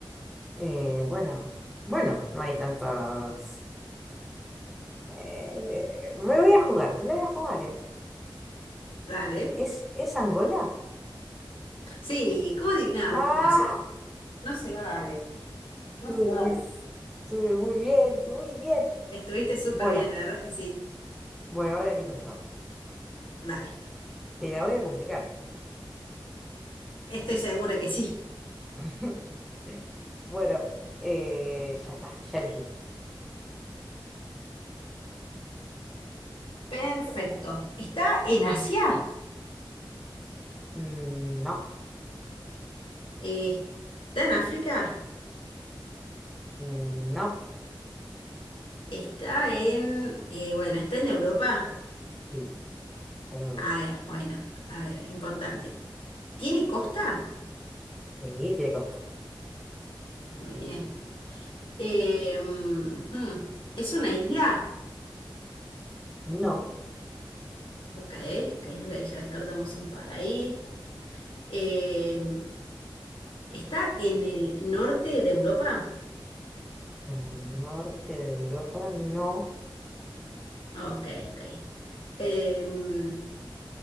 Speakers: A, in the centre; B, on the left.
A: Eh, bueno, bueno, no hay tantos. eh, me voy a jugar, me la voy a jugar, eh.
B: dale.
A: ¿Es, es Angola?
B: Sí, ¿cómo adivinaba?
A: ¡Ah!
B: No se, no se vale, no
A: Estuve
B: se vale.
A: muy, estuve muy bien, muy bien.
B: Estuviste súper
A: Bueno,
B: bien, la verdad es que sí.
A: bueno, ahora elijo yo.
B: Vale,
A: Te la voy a complicar.
B: estoy segura que sí.
A: <laughs> Bueno, eh, ya está, ya elegí.
B: Perfecto. ¿Está en Asia?
A: Mm, No,
B: Eh, ¿está en África?
A: mm, no.
B: ¿Está en... eh, bueno, está en Europa?
A: Sí, está en Europa.
B: A ver, bueno, a ver, importante. ¿Tiene costa?
A: Sí, tiene costa.
B: Muy bien. Eh, mm, hmm, ¿es una isla?
A: No,
B: Ok, ok, ok, ya descartamos un par ahí. Eh, ¿está en el norte de Europa?
A: en el norte de Europa no.
B: Ok, ok. Eh, mm,